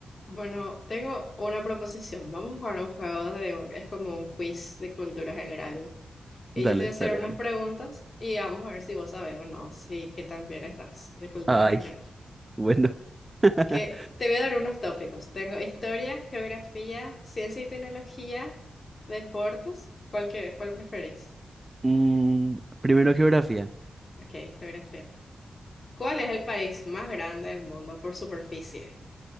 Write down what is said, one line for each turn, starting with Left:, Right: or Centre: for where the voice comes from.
Left: Bueno, tengo una proposición. Vamos a jugar un juego de, es como un quiz de cultura general. Y
Right: Dale,
Left: yo te voy a hacer
Right: dale,
Left: unas
Right: dale.
Left: preguntas y vamos a ver si vos sabes o no, si qué tan bien estás de cultura
Right: Ay,
Left: general.
Right: bueno. <laughs>
Left: Que te voy a dar unos tópicos. Tengo historia, geografía, ciencia y tecnología, deportes. ¿Cuál que, cuál preferís?
Right: Mm, primero geografía.
Left: Ok, geografía. ¿Cuál es el país más grande del mundo por superficie?